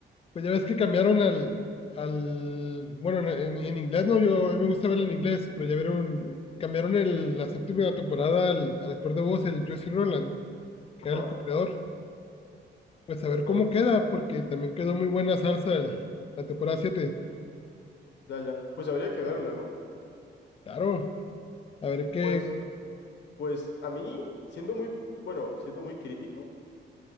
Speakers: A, on the left (about 30°); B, on the left (about 75°).
A: pues ya ves que cambiaron al, al bueno, en, en- en inglés no, yo a mí me gusta verlo en inglés, pero ya vieron, cambiaron el, la séptima temporada al, al actor de voz, el Justin Roland, que
B: Ajá.
A: era el co-creador. Pues a ver cómo
B: Ah,
A: queda, porque también quedó muy buena salsa el- la temporada 7.
B: ya, ya. Pues habría que verla, ¿no?
A: Claro, a ver qué,
B: Pues, pues a mí, siendo muy, bueno, siendo muy crítico,